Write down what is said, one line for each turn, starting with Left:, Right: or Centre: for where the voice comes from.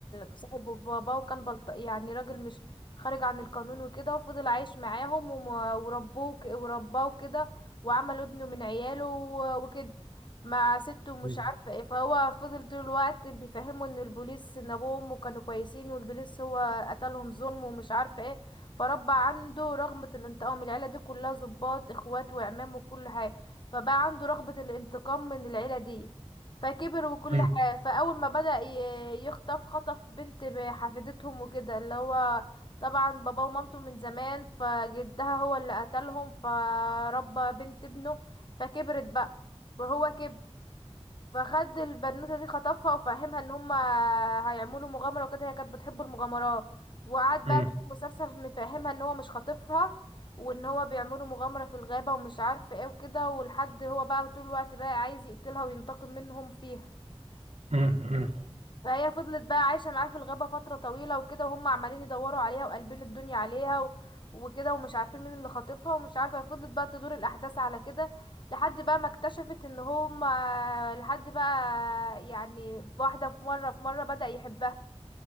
Left: صاحب باباه وكان بلط يعني راجل مش خارج عن القانون وكده وفضل عايش معاهم وم- وربوه ك- ورباه كده وعملوا ابنه من عياله و- وكده مع سته مش
Right: مم.
Left: عارفة ايه فهو فضل طول الوقت بيفهمه ان البوليس ان ابوه وامه كانوا كويسين والبوليس هو قتلهم ظلم ومش عارفة ايه فربى عنده رغبة الانتقام العيلة دي كلها ضباط اخوات وعمام وكل حاجة فبقى عنده رغبة الانتقام من العيلة دي فكبر وكل
Right: مم.
Left: حاجة فأول ما بدأ ي- يخطف خطف بنت ب- حفيدتهم وكده اللي هو طبعا بابا ومامته من زمان فجدها هو اللي قتلهم فربى بنت ابنه فكبرت بقى وهو كبر فخد البنوتة دي خطفها وفهمها ان هما هيعملوا مغامرة وكده هي كانت بتحب المغامرات وقعد
Right: مم.
Left: بقى طول المسلسل مفهمها ان هو مش خاطفها وان هو بيعملوا مغامرة في الغابة ومش عارف ايه وكده ولحد هو بقى طول الوقت بقى عايز يقتلها وينتقم منهم فيها
Right: مم. مم.
Left: فهي فضلت بقى عايشة معاه في الغابة فترة طويلة وكده وهم عمالين يدوروا عليها وقلبين الدنيا عليها و... وكده ومش عارفين مين اللي خاطفها ومش عارفة فضلت بقى تدور الأحداث على كده لحد بقى ما اكتشفت ان هم لحد بقى يعني واحدة في مرة في مرة بدأ يحبها